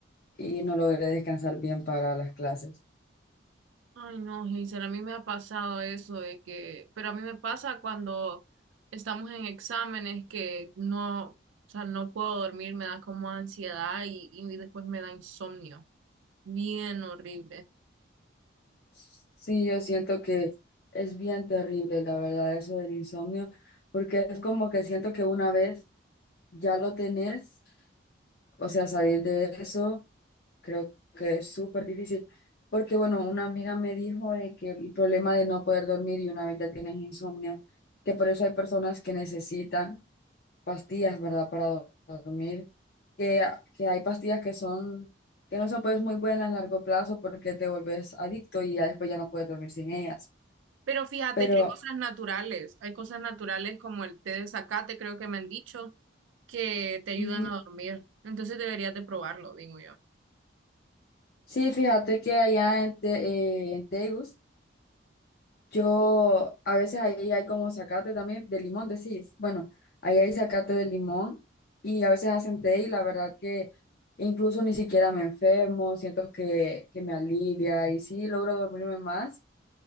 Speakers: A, on the left (about 55°); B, on the right (about 80°).
A: y no logré descansar bien para las clases.
B: Ay, no, Hazel, a mí me ha pasado eso de que, pero a mí me pasa cuando estamos en exámenes que no, o sea, no puedo dormir, me da como ansiedad y, y después me da insomnio, bien horrible.
A: Sí, yo siento que es bien terrible, la verdad, eso del insomnio, porque es como que siento que una vez ya lo tenés, o sea, salir de eso. creo que es súper difícil, porque bueno, una amiga me dijo de que el problema de no poder dormir y una vez ya tienes insomnio, que por eso hay personas que necesitan pastillas, ¿verdad? Para do- dormir, que, ah, que hay pastillas que son, que no son pues muy buenas a largo plazo porque te vuelves adicto y ya después ya no puedes dormir sin ellas.
B: Pero fíjate
A: Pero
B: que hay cosas naturales, hay cosas naturales como el té de zacate, creo que me han dicho, que te ayudan
A: ujú,
B: a dormir. Entonces deberías de probarlo, digo yo.
A: sí, fíjate que allá en, Te- eh, en Tegus, Yo, a veces ahí hay como zacate también, de limón, decís. Bueno, ahí hay zacate de limón y a veces hacen té y la verdad que incluso ni siquiera me enfermo, siento que, que me alivia y sí logro dormirme más.